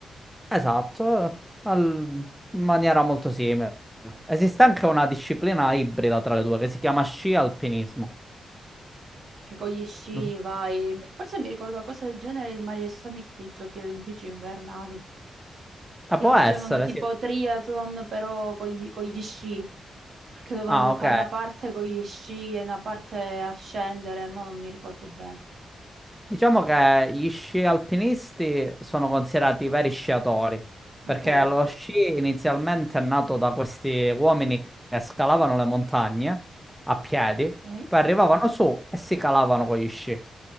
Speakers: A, in the centre; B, on the right.
A: Esatto, al- in maniera molto simile. Esiste anche una disciplina ibrida tra le due che si chiama sci alpinismo.
B: Che con gli sci
A: Non so-
B: vai. Forse mi ricordo una cosa del genere in Mario e Sonic, i giochi olimpici invernali,
A: Eh,
B: che
A: può
B: facevano
A: essere,
B: tipo
A: sì.
B: triathlon però con gli, con gli sci, perché dovevano
A: Ah, ok.
B: fare una parte con gli sci e una parte a scendere, ma non mi ricordo bene.
A: Diciamo che gli sci alpinisti sono considerati veri sciatori, perché
B: Ok,
A: lo sci inizialmente è nato da questi uomini che scalavano le montagne a piedi,
B: ok.
A: poi arrivavano su e si calavano con gli sci. E